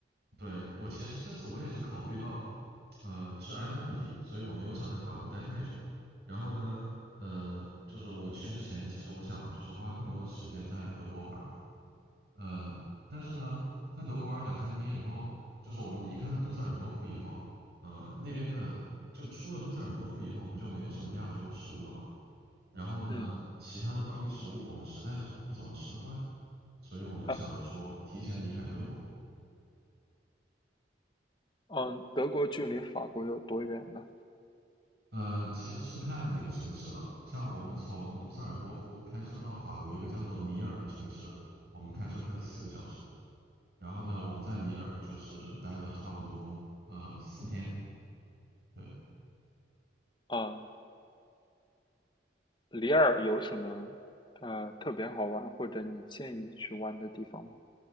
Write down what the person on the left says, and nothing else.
嗯。
啊。嗯，德国距离法国有多远呢？
啊，里尔有什么呃特别好玩或者你建议去玩的地方吗？